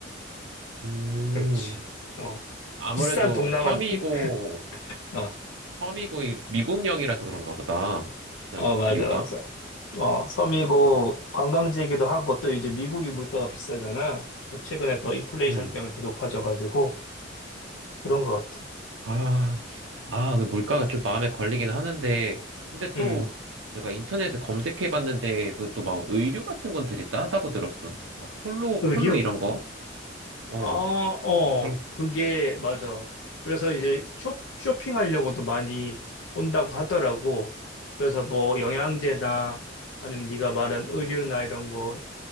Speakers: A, on the right; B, on the left.
A: 음,
B: 그렇지. 어.
A: 아무래도
B: 비싼 동남아
A: 섬이고,
B: 느낌? <laughs> 어,
A: 섬이고, 이 미국령이라서 그런가 보다. 비싼
B: 어, 맞아,
A: 이유가.
B: 맞아. 어, 섬이고 관광지이기도 하고 또 이제 미국이 물가가 비싸잖아. 또 최근에 더 인플레이션
A: 음,
B: 때문에 더 높아져가지고 그런 것 같아.
A: 아, 아, 그 물가가 좀 마음에 걸리긴 하는데, 근데 또
B: 음.
A: 내가 인터넷에 검색해 봤는데, 그 또 막 의류 같은 건 되게 싸다고 들었어. 막 폴로,
B: 의류?
A: 폴로 이런 거? 어,
B: 아, 어,
A: 그럼,
B: 그게 맞아. 그래서 이제 쇼, 쇼핑하려고도 많이 온다고 하더라고. 그래서 뭐 영양제나 아니면 네가 말한 의류나 이런 거